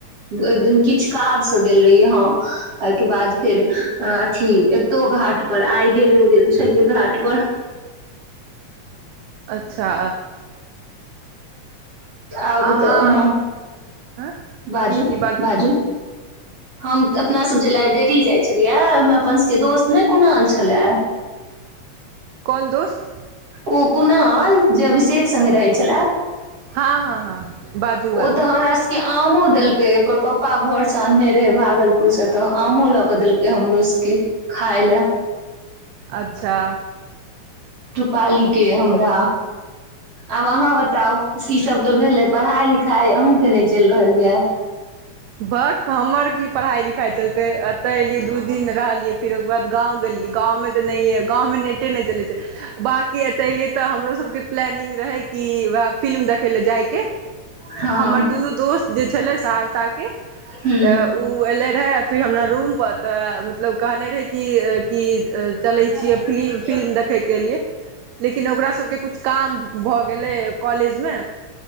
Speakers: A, on the right; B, on the right.
A: एक दिन किछ। काराज से गेल रहियै हँ। एहिके बाद फेर अथी एतौ घाट पर आइ गेल ओ गेल छलिय घाट पर
B: अच्छा।
A: आबू
B: अहाँ
A: तऽ अ
B: की
A: बाजू
B: की
A: बाजू हम अपना सब जे लाइब्रेरी जाइ छलियै ह अपन सबके दोस्त नहि कोनो आल छलै
B: कोन दोस्त
A: ओ कोुना जब से संग्ग रहै छलै ओ
B: हँ हँ हँ बाजू बाजू
A: तऽ हमरा सबके आमो देलकै ओकर पप्पा घर ने रहे भागलपुर से तऽ आमो लऽ के देलक हमरो सबके खााय लए
B: अच्छा।
A: रूपाली के हमरा ह। आब अहाँ बताउ ई सब तऽ भेले पढ़ाई लिखाई अहूँं के नहि चलि रहल यऽ
B: बक हमर की पढ़ाई लिखाई चलते एते एलियै दू दिन रहलियै फेर ओकर बाद गांव गेलिए गांव में त नेई है गांव में नेटे नई चला छाई बाकी यति आइलिए त हमरा सबके प्लैनिंग रहई फिल्म देखे ले जाई के
A: हँ
B: हम दुनो दोस्त के चले छाई साथ साथ त
A: हूँ
B: रहर हम रूतलब कह की चलै
A: हूँ
B: छियै
A: हूँ
B: फिल्म देखैके लिए लेकिन ओकरा सबके किछु काम भऽ गेलै कॉलेजमे